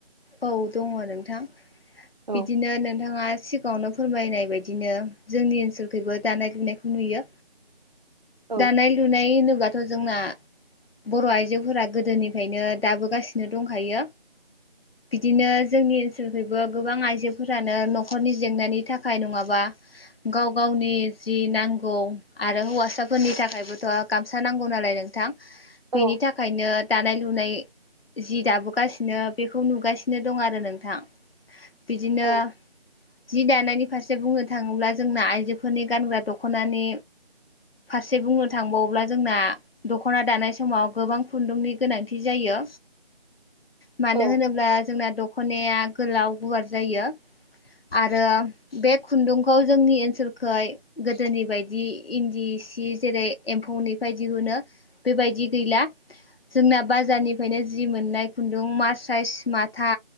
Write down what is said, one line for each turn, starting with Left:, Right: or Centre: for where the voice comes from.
Left: औ दङ नोंथां
Right: औ
Left: बिदिनो नोंथाङा सिगाङावनो फोरमायनाय बायदिनो जोंनि ओनसोलखैबो दानाय लुनायखौ नुयो।
Right: औ
Left: दानाय लुनाय होनोबाथ' जोंना बर' आइजोफोरा गोदोनिफ्रायनो दाबोगासिनो दंखायो। बिदिनो जोंनि ओनसोलखैबो गोबां आइजोफोरानो न'खरनि जेंनानि थाखाय नङाबा गाव गावनि जि नांगौ आरो हौवासाफोरनि थाखायबोथ' गामसा नांगौ नालाय नोंथां।
Right: औ
Left: बेनि थाखायनो दानाय लुनाय जि दाबोगासिनो बेखौ नुुबो गासिनो दं आरो नोंथां बिदिनो
Right: औ
Left: जि दानायनि फारसे बुंनो थाङोब्ला जोंना आइजोफोरनि गानग्रा दख'नानि फारसे बुंनो थांबावोब्ला जोंना दख'ना दानाय समाव गोबां खुन्दुंनि गोनांथि जायो। मानो
Right: औ
Left: होनोब्ला जोंना दखनाया गोलाव गुवार जायो। आरो बे खुन्दुंखौ जोंनि ओनसोलखै गोदोनि बायदि इन्दि सि जेरै एम्फौनिफ्राय दिहुनो बेबायदि गैला जोंना बाजारनिफ्रायनो जि मोननाय खुन्दुं मार्चाइस मा था